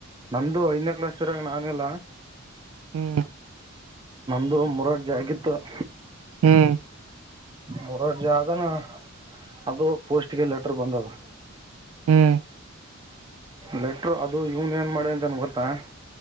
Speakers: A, on the right; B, on the right.
A: ನಂದುು ಐದನೇ ಕ್ಲಾಸ್ರಾಗ ನಾನು ಇಿಲ್ಲ <inaudible>
B: ಹ್ಮ್ <inaudible>
A: ನ್ದ ಮೂರಡ್ಜಿ ಆಗಿತ್ತು <inaudible>
B: ಹ್ಮ್ <inaudible>
A: ಮರ ಜಾಗನ ಅದು ಪೋಸ್ಟ್ಗೆ ಲೆಟರ್ ಬಂದದ <inaudible>
B: ಹ್ಮ್ <inaudible>
A: ಲೆಟರ್ ಅದು ಯೂನಿಯನ್ ಮಾಡಿ ಅಂತನ್ ಗೊತ್ತಾ <inaudible>